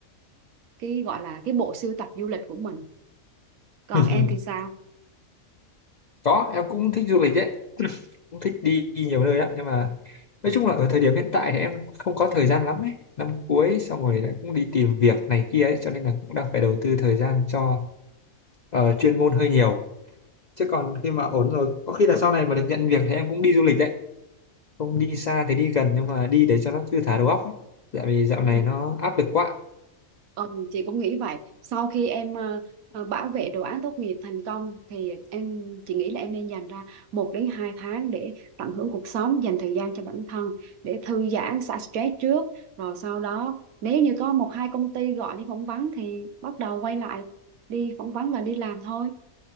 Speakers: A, on the right (about 80°); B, on the left (about 60°).
A: cái gọi là cái bộ sưu tập du lịch của mình. Còn
B: <laughs>
A: em thì sao?
B: có em cũng thích du lịch đấy cũng thích đi, đi nhiều nơi lắm nhưng mà nói chung là ở thời điểm hiện tại thì em không có thời gian lắm ấy năm cuối
A: Ừ.
B: xong rồi lại cũng đi tìm việc này kia ấy cho nên là cũng đang phải đầu tư thời gian cho ờ, chuyên môn hơi nhiều chứ còn khi mà ổn rồi có khi là sau này mà được nhận việc thì em cũng đi du lịch đấy không đi xa thì đi gần nhưng mà đi để cho nó thư thả đầu óc ấy. tại vì dạo này
A: ừ.
B: nó áp lực quá
A: Ừ, chị cũng nghĩ vậy. Sau khi em ờ, ờ, bảo vệ đồ án tốt nghiệp thành công thì em chị nghĩ là em nên dành ra một đến hai tháng để tận hưởng cuộc sống, dành thời gian cho bản thân để thư giãn, xả stress trước. Rồi sau đó nếu như có một hai công ty gọi đi phỏng vấn thì bắt đầu quay lại đi phỏng vấn và đi làm thôi,